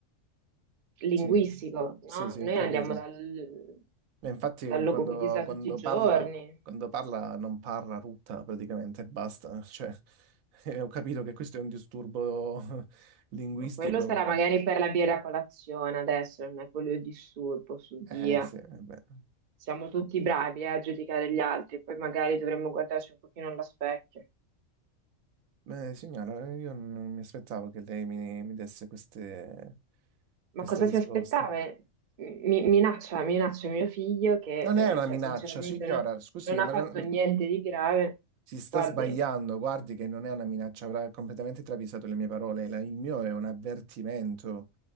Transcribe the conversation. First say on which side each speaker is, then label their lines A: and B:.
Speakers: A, on the right; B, on the right.
A: linguistico,
B: sì,
A: no?
B: sì, sì,
A: Noi
B: ho capito.
A: andiamo dal,
B: Beh, Infatti,
A: dal logopedista
B: quando, quando
A: tutti i giorni,
B: parla, quando parla, non parla rutta praticamente, e basta. Cioè, <laughs> eh, ho capito che questo è un disturbo <laughs> linguistico,
A: ma quello sarà
B: ma...
A: magari per la birra a colazione adesso, non è quello il disturbo su
B: Eh
A: via.
B: sì, eh beh.
A: Siamo tutti bravi, eh, a giudicare gli altri, poi magari dovremmo guardarci un pochino allo specchio.
B: Beh, signora, io non mi aspettavo che lei mi, mi desse queste,
A: Ma
B: queste
A: cosa
B: risposte.
A: si aspettava? Eh, Mi, minaccia, minaccia mio figlio che,
B: Non
A: eh,
B: è una
A: cioè,
B: minaccia,
A: sinceramente
B: signora,
A: non,
B: scusi,
A: non ha
B: ma
A: fatto
B: non-
A: niente di grave.
B: si sta
A: Guardi,
B: sbagliando. Guardi che non è una minaccia, avrà completamente travisato le mie parole. La- Il mio è un avvertimento,